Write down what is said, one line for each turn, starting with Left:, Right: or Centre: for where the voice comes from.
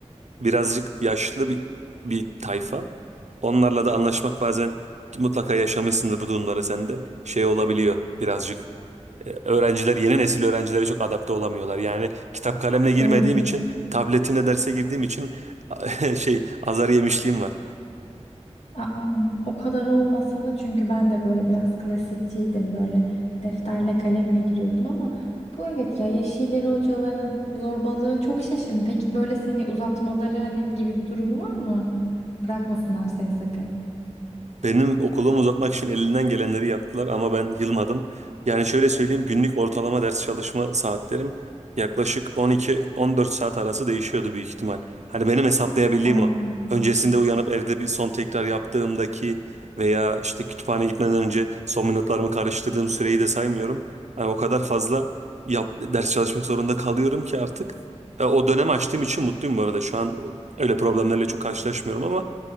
Right: birazcık yaşlı bir, bir tayfa. Onlarla da anlaşmak bazen ki mutlaka yaşamışsındır bu durumları sen de şey olabiliyor birazcık. E, Öğrenciler yeni nesil öğrencilere çok adapte olamıyorlar. Yani kitap kalemle girmediğim
Left: doğru.
Right: için tabletimle derse girdiğim için <laughs> şey azar yemişliğim var.
Left: Aa, o kadar olmasa da çünkü ben de böyle biraz klasikçiydim böyle defterle kalemle giriyordum ama bu evet ya yeşilleri hocaların zorbalığı çok şaşırdım. Peki böyle seni uzatmaları hani gibi bir durumu var mı? Bırakmasınlar seni sakın.
Right: Benim okulumu uzatmak için elinden gelenleri yaptılar ama ben yılmadım. Yani şöyle söyleyeyim günlük ortalama ders çalışma saatlerim yaklaşık 12-14 saat arası değişiyordu büyük ihtimal. Hani benim hesaplayabildiğim
Left: Aa,
Right: o. Öncesinde uyanıp evde bir son tekrar yaptığımdaki veya işte kütüphane gitmeden önce son minutlarımı karıştırdığım süreyi de saymıyorum. Yani o kadar fazla yap, ders çalışmak zorunda kalıyorum ki artık. E, O dönemi açtığım için mutluyum bu arada. Şu an öyle problemlerle çok karşılaşmıyorum ama